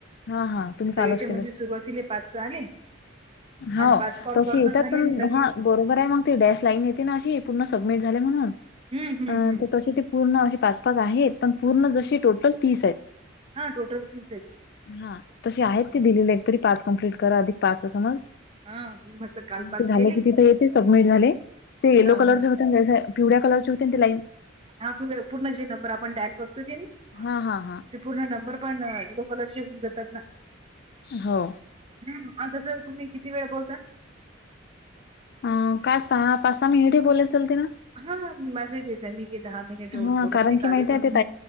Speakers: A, on the left; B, on the right.
A: हा हा तुम्ही कालच
B: तर हेच्यामध्ये
A: केलं.
B: सुरवातीला पाच सहा आले. आणि
A: हो..
B: कॉल
A: तशी
B: करणं
A: येतात
B: झाले
A: पण
B: आणि लगे
A: हा बरोबर आहे मंग ती डॅश लाईन येते ना अशी पूर्ण सबमिट झाले म्हणून
B: ह्म ह्म
A: अ,
B: ह्म्म
A: तर तशी ती पूर्ण अशे पाच पाच आहेत. पण पूर्ण जशी टोटल तीस आहेत.
B: हा टोटल तीस आहेत ते
A: हा तशी आहेत
B: हां,
A: ते दिलेली एकतरी पाच कम्प्लीट करा अधिक पाचचा समज
B: हा मी म्हटलं. काल
A: ते झाले
B: केले.
A: किती ते येत ते सबमिट झाले ते येलो
B: हां,
A: कलरचे
B: हां.
A: होते ना हे ज्या पिवळ्या कलरचे होते न ते लाईन
B: आपण अ पूर्ण जे नंबर आपण डायल करतो कनी
A: हा हा हा..
B: ते पूर्ण नंबर पणोकॉलरशिप देतात ना.
A: हो.
B: हम तसं तुम्ही किती वेळ बोलता.
A: हा का सहा पाच सहा मिनिटे बोले चालते ना
B: हा माझा घेतच आहे मी जे दहा मिनिट एवढून
A: हां,
B: बोलत
A: कारण
B: नाही काल
A: की माहिती
B: हे पण
A: आहे
B: मी